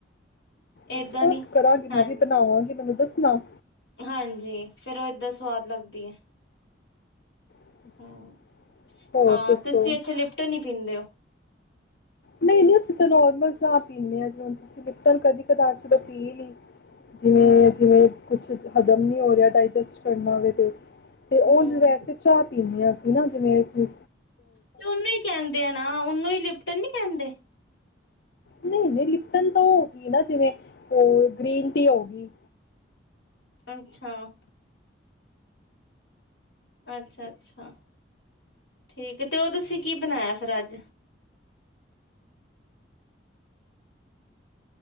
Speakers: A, on the left; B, on the left.
A: ਅੱਛਾ
B: ਏਦਾਂ ਨੀ
A: ਕਰਾਂਗੀ ਮੈਂ
B: ਹਾਂਜੀ
A: ਵੀ ਬਣਾਵਾਂਗੀ ਮੈਨੂੰ ਦੱਸ ਸੁਣਾਓ
B: ਹਾਂਜੀ ਫੇਰ ਉਹ ਏਦਾਂ ਸਵਾਦ ਲੱਗਦੀ ਹੈ
A: ਅੱਛਾ।
B: ਹਮ
A: ਹੋਰ
B: ਹਾਂ
A: ਦੱਸੋ?
B: ਤੁਸੀਂ ਇੱਥੇ ਲਿਪਟਨ ਹੀ ਪੀਂਦੇ ਹੋ <inaudible>
A: ਨਹੀਂ ਨਹੀਂ ਅਸੀਂ ਤਾਂ ਨੋਰਮਲ ਚਾਹ ਪੀਂਦੇ ਹਾਂ ਜੀ ਹੁਣ ਤੁਸੀਂ ਲਿਪਟਨ ਕਦੇ ਕਦਾਰ ਚ ਤਾਂ ਪੀ ਨਹੀਂ ਜਿਵੇਂ
B: ਹਾਂ
A: ਜਿਵੇਂ ਕੁਛ ਹਜ਼ਮ ਨ ਹੋ ਰਿਹਾ ਡਾਇਜਸਟ ਕਰਨਾ ਹੋਵੇ ਤੇ ਤੇ ਹੁਣ
B: ਹਮ
A: ਜ ਵੈਸੇ ਚਾ ਪੀਂਦੇ ਹ ਅਸੀ ਨਾ ਜਿਵੇਂ ਚ
B: ਤੇ ਉਹਨੂੰ ਹੀ ਕਹਿੰਦੇ ਆ ਨਾ ਉਹਨੂੰ ਹੀ ਲਿਪਟਨ ਨੀ ਕਹਿੰਦੇ
A: ਨਹੀਂ ਨਹੀਂ ਲਿਪਟਨ ਤਾਂ ਹੋ ਗ ਨਾ ਜਿਵੇਂ ਹੋਰ ਗ੍ਰੀਨ ਟੀ ਹੋ ਗਈ
B: ਅੱਛਾ ਅੱਛਾ ਅੱਛਾ ਠੀਕ ਤੇ ਉਹ ਤੁਸੀਂ ਕੀ ਬਣਾਇਆ ਫਿਰ ਅੱਜ